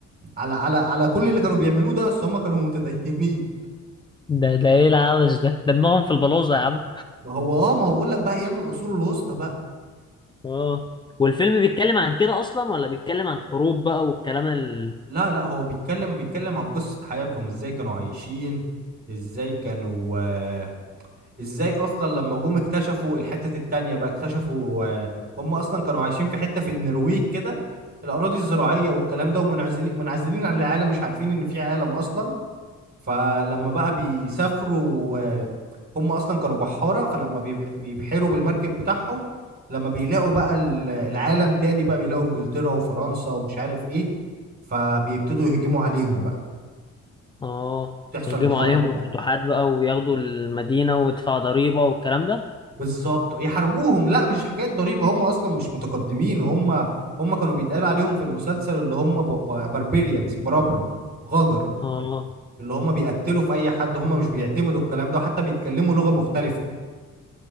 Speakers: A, on the right (about 30°); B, on the left (about 15°).
A: على على على كل اللي كانوا بيعملوه ده بس هم كانوا <laughs> متدينين
B: ده ده ايه العبث ده ده دماغهم في البلوزة يا عم
A: ما هو اه ما هو بقول لك بقى ايام العصور الوسطى بقى
B: اه والفيلم بيتكلم عن كده اصلا ولا بيتكلم عن حروب بقى والكلام ال
A: لا لا هو بيتكلم بيتكلم عن قصة حياتهم ازاي كانوا عايشين ازاي كانوا آه، ازاي اصلا لما جم اكتشفوا الحتة التانية بقى اكتشفوا آه، هم اصلا كانوا عايشين في حتة في النرويج كده الاراضي الزراعية والكلام ده ومنعزلين منعزلين عن العالم مش عارفين ان في عالم اصلا فلما بقى بيسافروا آه، هم اصلا كانوا بحارة فلما بيبح- بيبحروا بالمركب بتاعهم لما بيلاقوا بقى ال- العالم تاني بقى بيلاقوا انجلترا وفرنسا ومش عارف ايه فبيبتدوا يهجموا عليهم بقى
B: اه
A: تحصل
B: يهجموا
A: الحرب
B: عليهم
A: بقى
B: فتوحات بقى وياخدوا المدينة ويدفعوا ضريبة والكلام ده
A: بالظبط يحاربوهم لا مش حكايه ضريبه هم اصلا مش متقدمين هم هم كانوا بيتقال عليهم في المسلسل اللي هم باربيريانز برابره غجر
B: اه
A: اللي هم بيقتلوا في اي حد هم مش بيعتمدوا الكلام ده حتى بيتكلموا لغه مختلفه